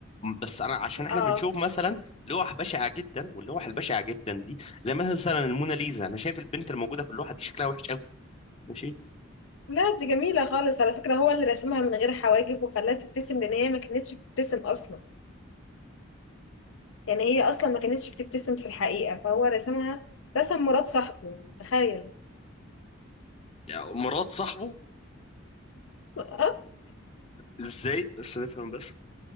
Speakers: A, on the left (about 30°); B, on the left (about 65°).
A: بس انا عشان احنا
B: آه
A: بنشوف مثلا لوح بشعه جدا واللوح البشعه جدا دي زي مثلا الموناليزا انا شايف البنت الموجوده في اللوحه دي شكلها وحش قوي ماشي
B: لا دي جميلة خالص على فكرة هو اللي رسمها من غير حواجب وخلاها تبتسم لأن هي ما كانتش بتبتسم أصلا يعني هي أصلا ما كانتش بتبتسم في الحقيقة فهو رسمها رسم مرات صاحبه يعني تخيل
A: يعني مرات صاحبه
B: اه
A: ازاي بس نفهم بس